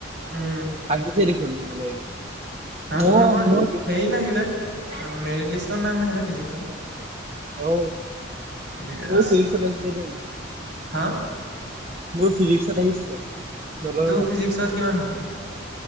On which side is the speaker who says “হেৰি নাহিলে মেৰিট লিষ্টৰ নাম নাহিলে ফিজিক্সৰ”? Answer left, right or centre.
Right